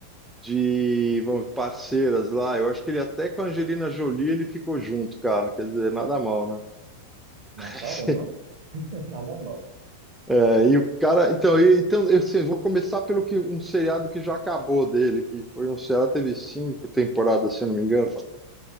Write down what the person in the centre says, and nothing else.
de, vamos, parceiras lá. Eu acho que ele até com a Angelina Jolie ele ficou junto, cara. Quer dizer, nada mal, né? <laughs>
É, e o cara, então, e- então eu assim, vou começar pelo que um seriado que já acabou dele, que foi um seriado teve cinco temporadas, se eu não me engano,